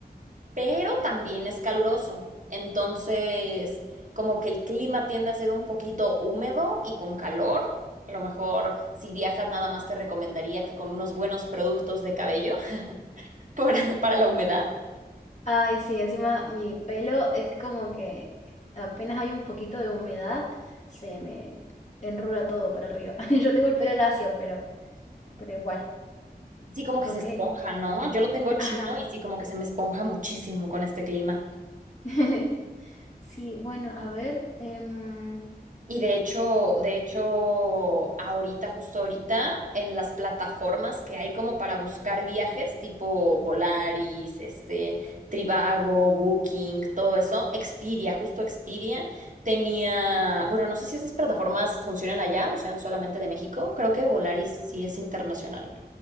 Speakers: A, on the right (about 50°); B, on the left (about 45°).
A: pero también es caluroso. Entonces, como que el clima tiende a ser un poquito húmedo y con calor. A lo mejor si viajas nada más te recomendaría que con unos buenos productos de cabello <laughs> por- para la humedad.
B: Ay, sí, encima mi pelo es como que apenas hay un poquito de humedad, se me enrula todo para arriba. <laughs> Yo tengo el pelo lacio, pero, pero igual.
A: Así como que
B: Ok,
A: se esponja, ¿no? Yo lo tengo chino
B: ajá.
A: y sí como que se me esponja muchísimo con este clima.
B: <laughs> Sí, bueno, a ver. em,
A: Y de hecho, de hecho, ahorita, justo ahorita, en las plataformas que hay como para buscar viajes, tipo Volaris, este, Trivago, Booking, todo eso, Expedia, justo Expedia tenía, bueno, no sé si esas plataformas funcionan allá o sean solamente de México, creo que Volaris sí es internacional,